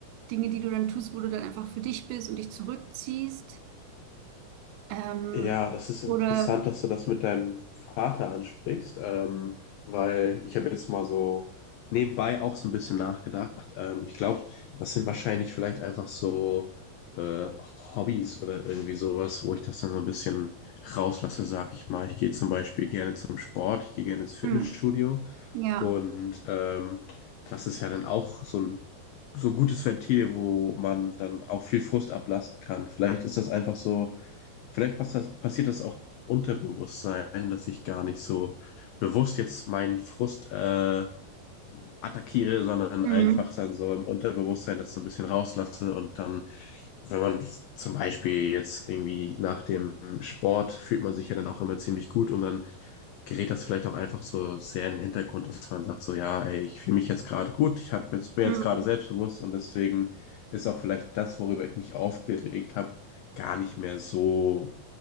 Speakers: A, on the right (about 85°); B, on the left (about 85°).
A: Dinge, die du dann tust, wo du dann einfach für dich bist und dich zurückziehst. Ähm,
B: Ja, das ist
A: oder,
B: interessant, dass du das mit deinem Vater ansprichst, ähm, weil ich habe jetzt mal so nebenbei auch so ein bisschen nachgedacht. Ähm, ich glaube, das sind wahrscheinlich vielleicht einfach so äh, Hobbys oder irgendwie sowas, wo ich das dann so ein bisschen rauslasse, sag ich mal. Ich gehe zum Beispiel gerne zum Sport, ich gehe gerne ins Fitnessstudio
A: hm, ja,
B: und ähm, das ist ja dann auch so ein so ein gutes Ventil, wo man dann auch viel Frust ablassen kann. Vielleicht ist das einfach so Vielleicht passt das, passiert das auch Unterbewusstsein, dass ich gar nicht so bewusst jetzt meinen Frust äh, attackiere, sondern
A: hm,
B: einfach dann so im Unterbewusstsein das so ein bisschen rauslasse und dann, wenn man zum Beispiel jetzt irgendwie nach dem Sport fühlt man sich ja dann auch immer ziemlich gut und dann gerät das vielleicht auch einfach so sehr in den Hintergrund, dass man sagt so, ja, ey, ich fühle mich jetzt gerade gut, ich hab jetzt, bin
A: hm,
B: jetzt gerade selbstbewusst und deswegen ist auch vielleicht das, worüber ich mich aufgeregt habe, gar nicht mehr so